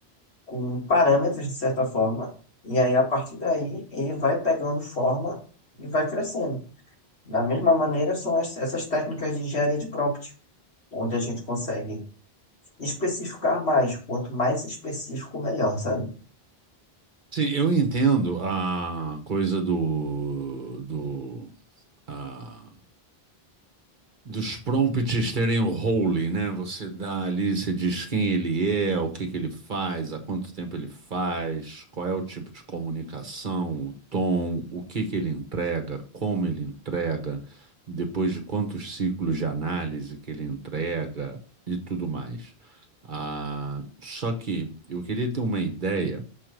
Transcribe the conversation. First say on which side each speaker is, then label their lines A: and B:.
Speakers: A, on the left (about 85°); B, on the right (about 50°).
A: com parâmetros, de certa forma, e aí a partir daí ele vai pegando forma e vai crescendo. Da mesma maneira, são as- essas técnicas de engenharia de prompt, onde a gente consegue especificar mais, quanto mais específico, melhor, sabe?
B: Sim, eu entendo a coisa do, do, ah, dos prompts terem o role, né? Você dá ali, você diz quem ele é, o que que ele faz, há quanto tempo ele faz, qual é o tipo de comunicação, o tom, o que que ele entrega, como ele entrega, depois de quantos ciclos de análise que ele entrega e tudo mais. Ah, só que eu queria ter uma ideia